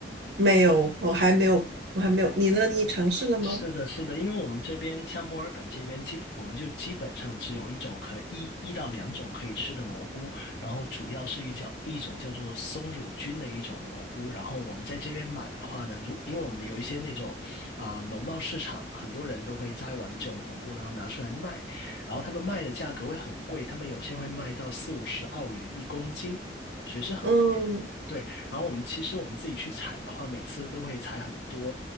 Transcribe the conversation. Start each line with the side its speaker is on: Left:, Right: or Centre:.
Right: 没有，我还没有，
Left: 哦，
Right: 我还没有，你呢？你尝试了吗？
Left: 是的，是的，因为我们这边像墨尔本这边，基本我们就基本上只有一种可一一到两种可以吃的蘑菇，然后主要是一叫一种叫做松乳菌的一种蘑菇，然后我们在这边买的话呢，如因为我们有一些那种啊、农贸市场，很多人都会摘完这种蘑菇，然后拿出来卖，然后他们卖的价格会很贵，他们有些会卖到四五十澳元一公斤，所以是很贵的。
Right: 嗯
Left: 对，然后我们其实我们自己去采的话，每次都会采很多，